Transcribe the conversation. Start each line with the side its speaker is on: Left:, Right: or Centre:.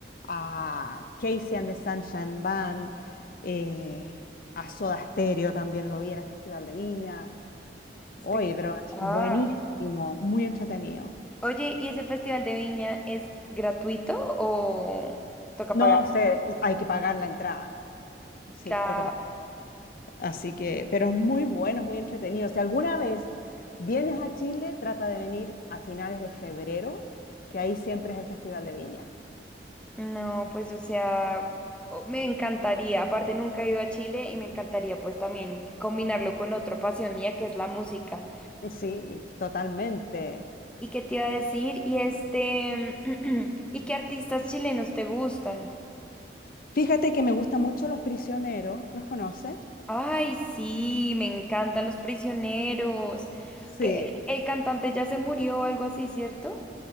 Left: a Casey and the Sunshine Band, eh, a Soda Stereo también lo vi en el Festival de Viña.
Centre: espectacular.
Left: Oye, pero es buenísimo, muy entretenido.
Centre: Oye, ¿y ese festival de Viña es gratuito o toca
Left: No
Centre: pagar?
Left: sé, hay que pagar la entrada. Sí,
Centre: Claro.
Left: toca pagar. Así que, pero es muy bueno, es muy entretenido. Si alguna vez vienes a Chile, trata de venir a finales de febrero, que ahí siempre es el Festival de Viña.
Centre: No, pues o sea, o- me encantaría. Aparte, nunca he ido a Chile y me encantaría pues también combinarlo con otra pasión mía que es la música.
Left: Sí, totalmente.
Centre: ¿Y qué te iba a decir? Y este, <clears throat> ¿y qué artistas chilenos te gustan?
Left: Fíjate que me gustan mucho Los Prisioneros, ¿los conoces?
Centre: Ay, sí, me encantan los prisioneros.
Left: Sí.
Centre: Que el el cantante ya se murió o algo así, ¿cierto?